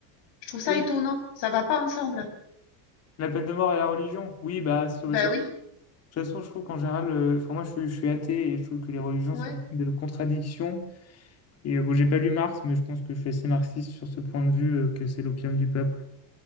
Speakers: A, on the left; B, on the left.
A: je trouve ça
B: Oui,
A: étonnant. Ça va pas ensemble.
B: la peine de mort et la religion. Oui, bah, sur,
A: Ben
B: ça,
A: oui,
B: toute façon, je trouve qu'en général, euh, enfin moi je, suis je suis athée et je trouve que les religions
A: ouais.
B: sont pleines de contradictions. Et euh, bon, j'ai pas lu Marx, mais je pense que je suis assez marxiste sur ce point de vue euh, que c'est l'opium du peuple.